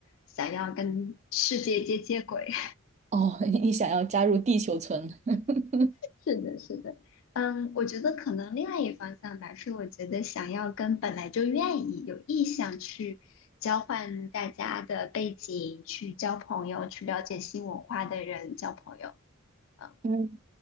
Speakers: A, on the left (about 60°); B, on the right (about 30°).
A: 想要跟世界接接轨。
B: 哦，<laughs> 你想要加入地球村？<laughs>
A: 是的，是的，嗯，我觉得可能另外一方向吧，是我觉得想要跟本来就愿意有意向去交换大家的背景，去交朋友，去了解新文化的人交朋友。嗯
B: 嗯，